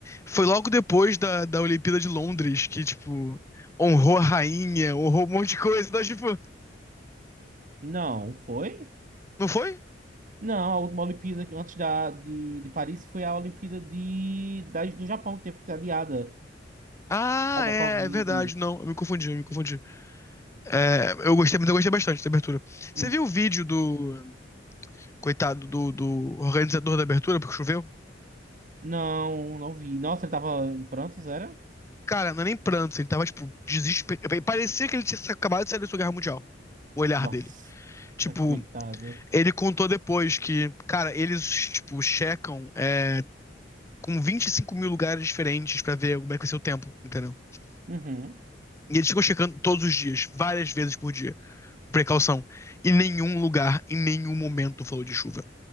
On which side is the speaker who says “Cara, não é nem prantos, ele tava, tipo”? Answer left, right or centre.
Left